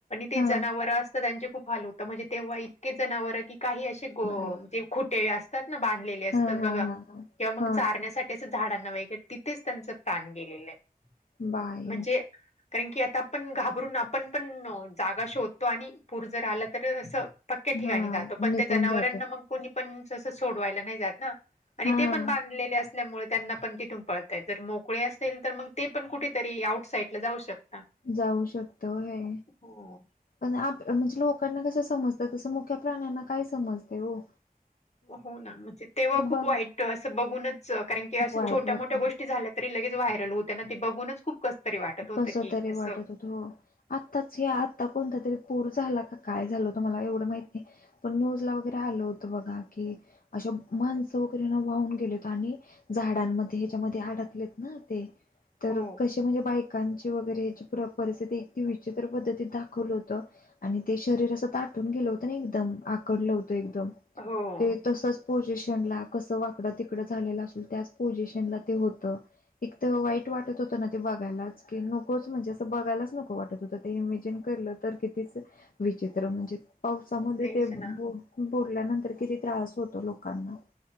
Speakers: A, on the left (about 45°); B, on the left (about 65°).
A: ती
B: हा
A: जनावर असतात त्यांचे खूप हाल होतं. म्हणजे तेव्हा इतकी जनावर की काही असे कोण
B: बाय.
A: खुटे असतात ना बांधलेले असतात
B: हा हा
A: बघा,
B: हा
A: किंवा मग
B: हा
A: चारण्यासाठी त्याच झाडांना वगैरे तिथेच त्यांच प्राण गेलेलं आहे.
B: बाय
A: म्हणजे कारण की आता आपण घाबरून आपण पण जागा शोधतो आणि पूर जर आला तर, असं पक्क्या ठिकाणी
B: हा
A: जातो, पण
B: निघून
A: त्या जनावरांना
B: जातो
A: मग. कुणीपण सहसा सोडवायला नाही जात ना आणि
B: हा.
A: ते पण बांधलेले अस मुळे त्यांना पण तिथून पळताय. जर मोकळे असेल तर मग ते पण कुठेतरी आउट साईडला जाऊ शकता.
B: जाऊ शकतो होय.
A: हो.
B: पण म्हणजे लोकांना कस समजतय, तसं मुख्या प्राण्यांना काय समजते ओ.
A: हो ना म्हणजे तेव्हा खूप
B: बघ
A: वाईट असं, बघूनच कारण की अशा
B: वाईट
A: छोट्या
B: वाटतं.
A: मोठ्या गोष्टी झाल्यात. तरी लगेच व्हायरल होतं ना, ते बघूनच खूप कसतरी वाटत होतं
B: कस
A: की
B: तरी
A: असं
B: वाटत होत हो. आत्ताच हे आता कोणता तरी‌ पूर झाला कां, काय झालं तु मला एवढं माहित नाही. पण न्यूजला वगैरे आलं होतं बघा की, असे माणसं वगैरे ना वाहून गेलेत आणि. झाडांमध्ये हेच्यामध्ये अडकलेत ना ते, तर
A: हो
B: कसे म्हणजे बाई. वगैरे परिस्थिती इतकी, विचित्र पद्धतीत दाखवल होतं. आणि ते शरीर असं ताटून गेलं होतं ना, एकदम आकडलं होतं एकदम
A: हो
B: ते तसंच. पोझिशन ला कसं वाकडं तिकडं झालेलं, असल त्याच पोझिशन ला ते होत. एक तर वाईट वाटत होतं, ना ते बघायलाच. की नकोच म्हणजे असं बघायलाच नको वाटत होतं. ते इमेजिन करलं तर कितीच, विचित्र म्हणजे, पावसामध्ये
A: तेच
B: ते बु
A: ना
B: बुडल्यानंतर किती त्रास होतो लोकांना.